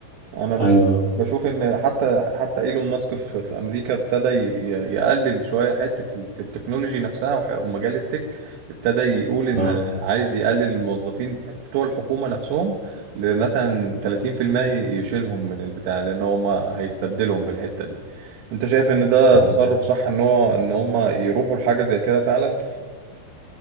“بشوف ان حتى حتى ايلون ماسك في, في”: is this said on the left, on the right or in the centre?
Right